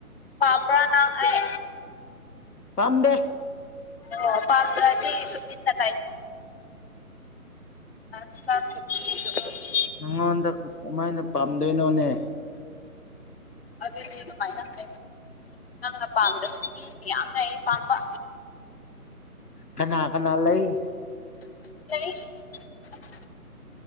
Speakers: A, on the left; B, on the left.
A: ꯄꯥꯝꯕ꯭ꯔꯅ ꯍꯥꯏ
B: ꯄꯝ ꯗꯦ
A: ꯑꯣ ꯄꯥꯟꯗ꯭ꯔꯗꯤ ꯆ ꯑ ꯆꯔꯤ <unintelligible>
B: ꯅꯪꯉꯣꯟꯗ ꯀꯃꯥꯏꯅ ꯄꯥꯝꯗꯣꯏꯅꯣꯅꯦ
A: ꯑꯗꯨꯗꯤ ꯑꯗꯨ ꯃꯥꯏꯅ ꯍꯥꯏꯒꯅ ꯅꯪ ꯄꯥꯡꯝꯗꯁꯨ ꯃꯤ ꯃꯌꯝꯅ ꯑꯩ ꯄꯥꯝꯕ
B: ꯀꯅꯥ ꯀꯅꯥ ꯂꯩ
A: <unintelligible>